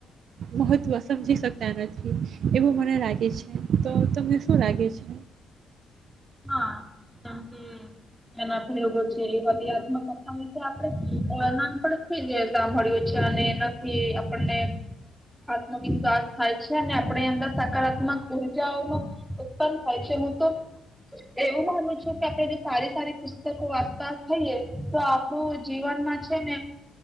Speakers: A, on the right; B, in the centre.
A: મહત્વ સમજી શકતા નથી એવું મને લાગે છે તો તમને શું લાગે છે.
B: હા કારણ કે એ ના આપેગ છે એ વા વધ- કથા આપનપથીઈ જ સાંભળ્યું છે અને એનાથી આપણને આત્મવિશ્વાસ થાય છે અને આપણે અંદર સકારાત્મક ઉર્જાઓ ન ઉત્પન્ન થાય છે હું તો- એવું માનું છું કે આપણે જે સારી સારી પુસ્તકો વાંચતા થઈએ તો આપણું જીવનમાં છે ને